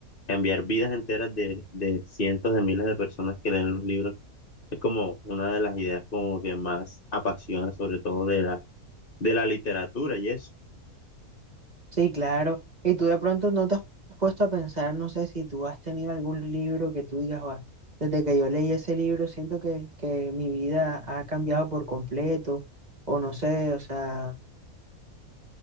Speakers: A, on the left; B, on the right.
A: cambiar vidas enteras de, de cientos de miles de personas que leen los libros. Es como una de las ideas como que más apasiona, sobre todo de la, de la literatura y eso.
B: Sí, claro. Y tú de pronto no te has puesto a pensar, no sé si tú has tenido algún libro que tú digas, "Guau, desde que yo leí ese libro, siento que, que mi vida ha cambiado por completo, o no sé, o sea,